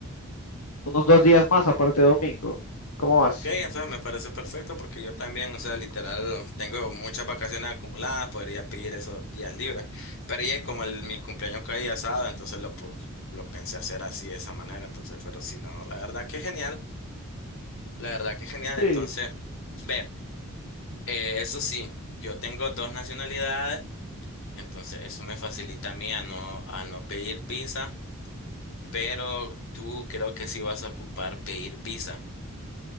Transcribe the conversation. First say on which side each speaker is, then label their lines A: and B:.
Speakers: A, on the left; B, on the left.
A: unos dos días más aparte de domingo? ¿Cómo vas?
B: Ok, entonces me parece perfecto porque yo también, o sea, literal, tengo muchas vacaciones acumuladas, podría pedir esos días libres. Pero ya como el- mi cumpleaños caía sábado, entonces lo, pu- lo pensé hacer así, de esa manera. Entonces, pero si no, la verdad que genial, la verdad que genial.
A: Sí.
B: Entonces, ve, eh, eso sí, yo tengo dos nacionalidades, entonces eso me facilita a mí a no, a no pedir visa, pero tú creo que sí vas a ocupar pedir visa.